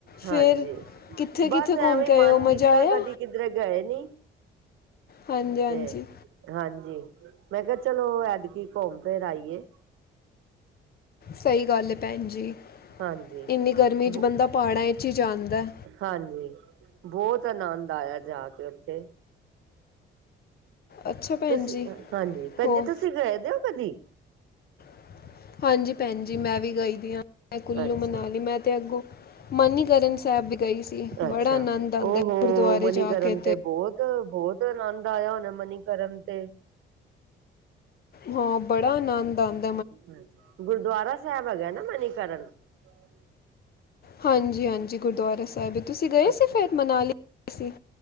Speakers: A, on the right (about 85°); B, on the left (about 50°).
A: ਹਾਂਜੀ
B: ਫਿਰ ਕਿੱਥੇ ਕਿੱਥੇ
A: ਬਸ
B: ਘੁੰਮ
A: ਐਵੇਂ
B: ਕੇ
A: ਮਨ
B: ਆਏ ਹੋ ਮਜ਼ਾ
A: ਕੀਤਾ
B: ਆਇਆ
A: ਕਦੀ ਕਿਧਰੇ ਗਏ ਨੀ।
B: ਹਾਂਜੀ ਹਾਂਜੀ
A: ਤੇ ਹਾਂਜੀ, ਮੈਂ ਕਿਹਾ ਚਲੋ ਐਦਕੀ ਘੁੰਮ ਫਿਰ ਆਈਏ।
B: ਸਹੀ ਗੱਲ ਹੈ ਭੈਣ ਜੀ,
A: ਹਾਂਜੀ
B: ਇੰਨੀ ਗਰਮੀ 'ਚ
A: ਬ
B: ਬੰਦਾ ਪਹਾੜਾਂ ' ਹੀ ਜਾਂਦਾ।
A: ਹਾਂਜੀ, ਬਹੁਤ ਆਨੰਦ ਆਇਆ ਜਾ ਕੇ ਉੱਥੇ।
B: ਅੱਛਾ ਭੈਣ
A: ਤੁਸੀਂ
B: ਜੀ
A: ਹਾਂਜੀ ਭੈਜੀ
B: ਹੋ
A: ਤੁਸੀਂ ਗਏ ਦਿ ਹੋ ਕਦੀ?
B: <inaudible> ਹਾਂਜੀ ਭੈਣ ਜੀ, ਮੈਂ ਵੀ ਗਾਈ ਦੀ ਹਾਂ, ਮੈਂ ਕੁੱਲੂ
A: ਅੱਛਾ
B: ਮਨਾਲੀ ਮੈਂ ਤਾਂ ਅੱਗੋਂ ਮਾਨੀਕਰਨ ਸਾਹਿਬ ਵੀ ਗਈ ਸੀ। ਬੜਾ
A: ਅੱਛਾ,
B: ਆਨੰਦ ਆਉਂਦਾ
A: ਉਹ
B: ਗੁਰਦੁਆਰੇ
A: ਮਨੀਕਰਨ
B: ਜਾ ਕੇ
A: ਤੇ ਬੋਤ- ਬਹੁਤ ਆਨੰਦ ਆਇਆ ਉਹਣ ਮਨੀਕਰਨ ਤੇ।
B: ਹਾਂ ਬੜਾ ਆਨੰਦ ਆਉਦਾ-
A: ਹ ਗੁਰਦੁਆਰਾ ਸਾਹਿਬ ਹੈਗਾ ਨਾ ਮਨੀਕਰਨ। ਹਾਂ ਜਜੀ
B: ਹਾਂਜੀ -ਹਾਂਜੀ ਗੁਰਦੁਆਰਾ ਸਾਹਿਬ ਤੁਸੀਂ ਗਏ
A: ਅੱਛਾ
B: ਸਫੈਦ ਮਨਾਲੀ? ਗਏ ਸੀ